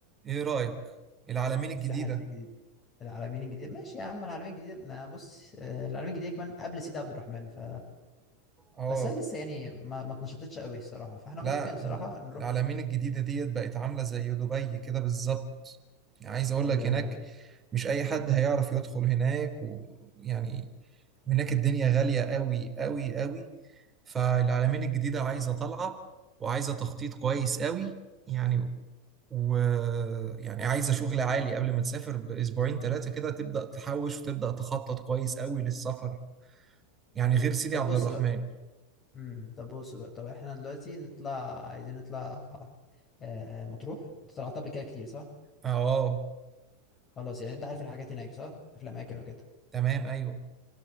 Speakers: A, on the right (about 25°); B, on the left (about 30°).
A: ايه رايك العلمين الجديده
B: الساحل الجديد العلمين الجديدة ماشي يا عم العلمين الجديدة ما بص آه، العلمين الجديدة كمان قبل سيدي عبد الرحمن ف
A: اه
B: بس هي لسه يعني ما ما اتنشطتش قوي الصراحة فاحنا
A: لا
B: ممكن صراحة نروح
A: العلمين الجديده ديت بقت عامله زي دبي كده بالظبط عايز اقول
B: ايوه
A: لك هناك
B: ايوه
A: مش اي حد هيعرف يدخل هناك ويعني هناك الدنيا غالية قوي قوي قوي فالعلمين الجديدة عايزة طلعة وعايزة تخطيط كويس قوي يعني ويعني عايزة شغل عالي قبل ما تسافر بأسبوعين ثلاثة كده تبدأ تحوش وتبدأ تخطط كويس قوي للسفر يعني
B: ايوه
A: غير سيدي
B: طب
A: عبد
B: بص
A: الرحمن
B: بقى امم طب بص بقى طب احنا دلوقتي نطلع عايزين نطلع آه مطروح انت طلعت قبل كده كتير صح
A: اه آه،
B: خلاص يعني انت عارف الحاجات هناك صح في الاماكن وكده
A: تمام ايوه